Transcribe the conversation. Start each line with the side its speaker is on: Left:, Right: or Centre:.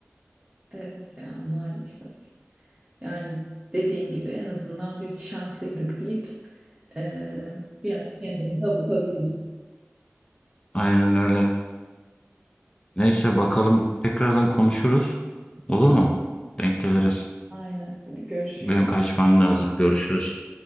Right: Evet ya maalesef. Yani dediğin gibi en azından biz şanslıydık deyip eee, biraz kendimizi avutabiliriz.
Left: Aynen öyle. Neyse bakalım tekrardan konuşuruz. Olur mu? Denk geliriz.
Right: Aynen. Hadi görüşürüz.
Left: Benim kaçmam lazım. Görüşürüz.